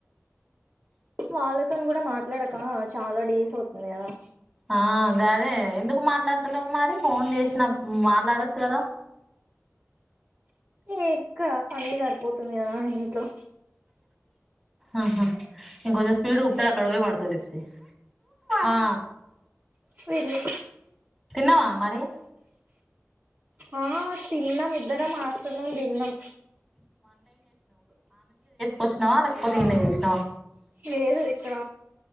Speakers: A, on the right; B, on the right.
A: వాళ్ళతో కూడా మాట్లాడక చాలా డేస్ ఔతుంది గదా?
B: ఆ గదే ఎందుకు మాట్లాడతలేవు మరి ఫోన్ చేసిన మాట్లాడొచ్చు కదా
A: ఎక్క పని సరిపోతుంది కదా ఇట్లో
B: ఆహ ఇంకొంచెం స్పీడ్ ఊపితే అక్కడ పోయిపడతది లిప్సి ఆ
A: వీళ్ళు
B: తిన్నావా మరి?
A: ఆ తిన్నం ఇద్దరం ఆఫ్టర్నూన్ తిన్నం.
B: కొష్నావా లేకపోతే ఈడ్నే చేసినావా?
A: లేదు ఇక్కడ